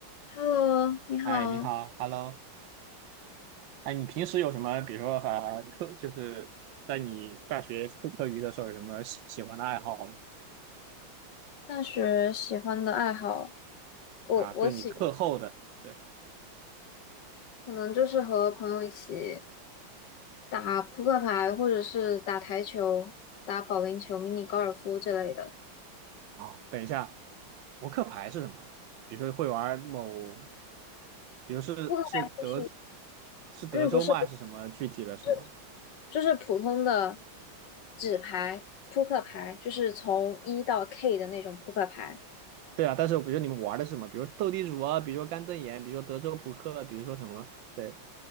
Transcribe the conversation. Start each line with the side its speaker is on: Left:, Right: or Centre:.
Left: Hello，你好。
Right: 哎，你好，Hello。哎，你平时有什么，比如说呃，课，就是在你大学课课余的时候，有什么喜喜欢的爱好吗
Left: 大学喜欢的爱好，我我喜
Right: 啊，就你课后的。对
Left: 可能就是和朋友一起打扑克牌，或者是打台球、打保龄球、迷你高尔夫之类的。
Right: 啊，等一下，扑克牌是什么？比如说会玩某，比如是是德
Left: 扑克牌就是，
Right: 是德州吗？
Left: 嗯，不是不
Right: 还是什么具体的什么？
Left: 是，就是普通的纸牌扑克牌，就是从一到 K 的那种扑克牌。
Right: 对啊，但是比如你们玩的是什么？比如斗地主啊，比如说干瞪眼，比如说德州扑克，比如说什么？对